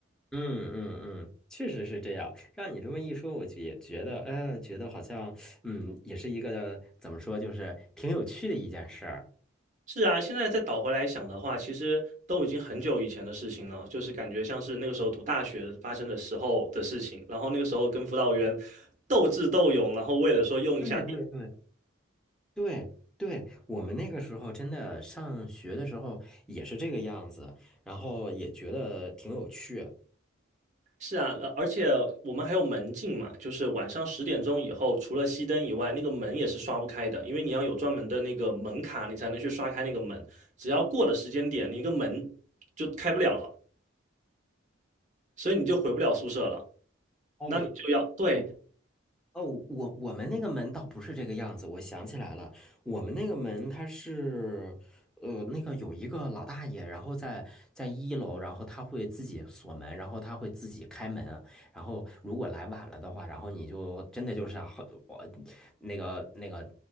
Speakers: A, in the centre; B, on the right (about 35°).
A: 嗯嗯嗯，确实是这样。让你这么一说，我就也觉得，呃，觉得好像，嗯，也是一个怎么说，就是挺有趣的一件事儿。
B: 是啊，现在再倒回来想的话，其实都已经很久以前的事情了，就是感觉像是那个时候读大学发生的时候的事情，然后那个时候跟辅导员斗智斗勇，然后为了说用一下。
A: 对对对，对对，我们那个时候真的上学的时候也是这个样子，然后也觉得挺有趣。
B: 是啊，呃而且我们还有门禁嘛，就是晚上十点钟以后，除了熄灯以外，那个门也是刷不开的，因为你要有专门的那个门卡，你才能去刷开那个门。只要过了时间点，你一个门就开不了了，所以你就回不了宿舍了。
A: 哦，
B: 那你就要，对，
A: 我哦，我我们那个门倒不是这个样子，我想起来了，我们那个门它是，呃，那个有一个老大爷，然后在在一楼，然后他会自己锁门，然后他会自己开门，然后如果来晚了的话，然后你就真的就是啊好我那个那个